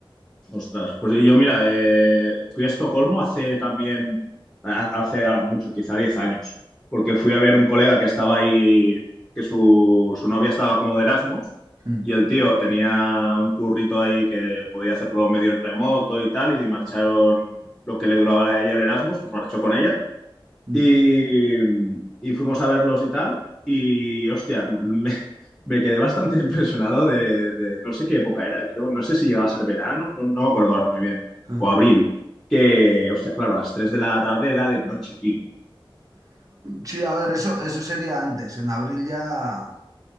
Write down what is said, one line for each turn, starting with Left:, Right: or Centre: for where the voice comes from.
Centre: Ostras, pues yo mira, eh, fui a Estocolmo hace también,
Right: Mm,
Centre: ha- hace ahora mucho, quizá 10 años, porque fui a ver un colega que estaba ahí, que su, su novia estaba como de Erasmus,
Right: mm, mm,
Centre: y el tío tenía un currito ahí que podía hacerlo medio en remoto y tal, y si marcharon
Right: mm.
Centre: lo que le duraba a ella el Erasmus, pues marchó con ella.
Right: mm,
Centre: Y, y fuimos a verlos y tal. Y hostia, me, me quedé bastante <laughs> impresionado de, de- no sé qué época era, creo, no sé si llegaba a ser verano, no, no me acuerdo ahora muy bien,
Right: mm.
Centre: o abril, que hostia, claro, a las 3 de la tarde era de noche, tío.
Right: Sí, a ver, eso, eso sería antes. En abril ya,